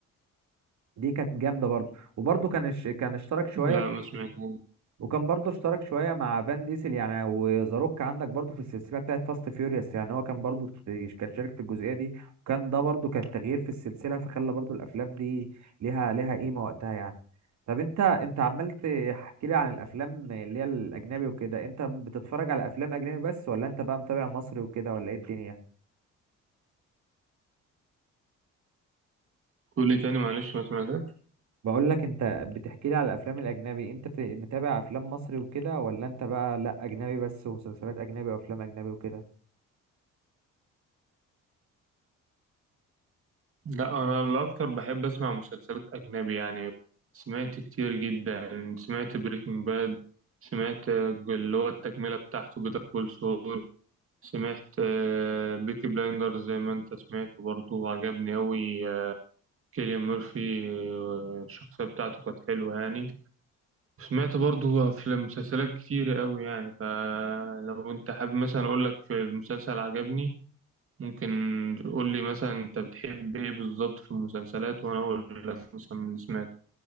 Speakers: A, on the right; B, on the right.
A: دي كانت جامدة برضه وبرضه كان الش- كان اشترك شوية
B: لي. لا ما سمعتوش
A: وكان برضه اشترك شويه مع فان ديسل يعني وزاروك عندك برضه في السلسله بتاعت فاست فيوريوس يعني هو كان برضه كان شارك في الجزئيه دي وكان ده برضه كان تغيير في السلسله فخلى برضه الافلام دي ليها ليها قيمه وقتها يعني طب انت انت عمال تحكي لي عن الافلام اللي هي الاجنبي وكده انت بتتفرج على افلام اجنبي بس ولا انت بقى متابع مصري وكده ولا ايه الدنيا
B: قول لي تاني معلش ما سمعتش
A: بقول لك انت بتحكي لي على الافلام الاجنبي انت بت- متابع افلام مصري وكده ولا انت بقى لا اجنبي بس ومسلسلات اجنبي وافلام اجنبي وكده
B: لا انا الاكتر بحب اسمع مسلسلات اجنبي يعني سمعت كتير جدا سمعت بريكنج باد سمعت آه، اللي هو التكمله بتاعته بيتر كول سول سمعت بيكي بلايندر زي ما انت سمعت برضه وعجبني أوي آه، كيليان ميرفي آه، الشخصيه بتاعته كانت حلوه يعني سمعت برضه في مسلسلات كتير أوي يعني فلو انت حابب مثلا اقول لك في المسلسل عجبني ممكن تقول لي مثلا انت بتحب ايه بالظبط في المسلسلات وانا اقول لك مثلا من اللي سمعته